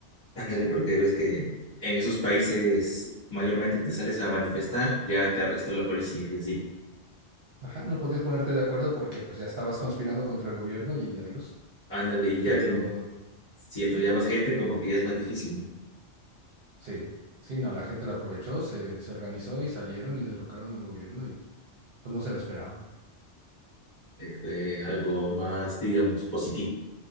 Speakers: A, on the left; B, on the right.
A: Ándale, porque ves que en esos países mayormente te sales a manifestar, ya te arrestó la policía y así.
B: Ajá, no podías ponerte de acuerdo porque pues ya estabas conspirando contra el gobierno y adiós.
A: Ándale, y ya
B: Pero
A: te, siendo ya más gente, como que ya es más difícil, ¿no?
B: sí, sí, no, la gente la aprovechó, se, se organizó y salieron y derrocaron al gobierno y pues no se la esperaban.
A: Este, algo más, digamos, positivo.